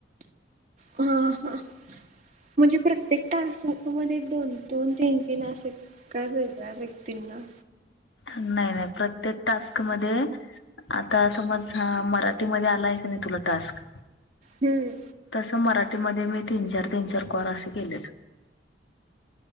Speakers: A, on the right; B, on the left.
A: हा हा. म्हणजे प्रत्येक टास्क मध्ये दोन दोन तीन तीनस वेगळ्या व्यक्तींना..
B: नाही नाही प्रत्येक टास्क मध्ये आता समज मराठीमध्ये आला आहे की नाही तुला टास्क.
A: हम्म
B: तसं मराठी मध्ये मी तीन चार तीन चार कर असे केले.